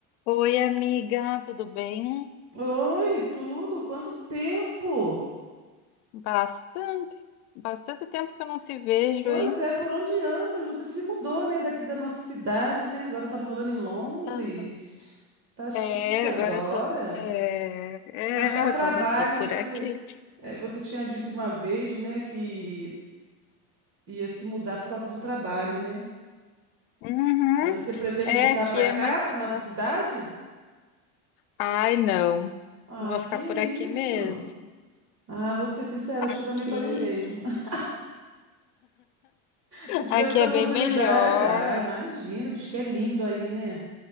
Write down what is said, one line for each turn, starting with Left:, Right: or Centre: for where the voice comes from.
Left: Oi, amiga, tudo bem?
Right: Oi, tudo? Quanto tempo?
Left: Bastante, bastante tempo que eu não te vejo,
Right: Pois
Left: hein?
Right: é, por onde anda? Você se mudou, né, daqui da nossa cidade, né? Agora tá morando em Londres.
Left: Aham.
Right: Tá chique
Left: É,
Right: agora.
Left: agora eu tô, é, é,
Right: Mas tá
Left: agora
Right: a trabalho,
Left: eu tô por
Right: né?
Left: aqui.
Right: Você, é, você tinha dito uma vez, né, que ia se mudar por causa do trabalho, né?
Left: Uhum.
Right: Mas você pretende
Left: É,
Right: voltar
Left: aqui
Right: pra
Left: é
Right: cá,
Left: mais
Right: pra
Left: fácil.
Right: nossa cidade?
Left: Ai, não,
Right: Ah,
Left: vou
Right: que
Left: ficar
Right: isso?
Left: por aqui mesmo.
Right: Ah, vou te ser sincera,
Left: Aqui,
Right: acho que eu também faria o mesmo. <laughs> Se eu tivesse
Left: aqui
Right: essa
Left: é
Right: oportunidade,
Left: bem melhor.
Right: ah, imagina, diz que é lindo aí, né?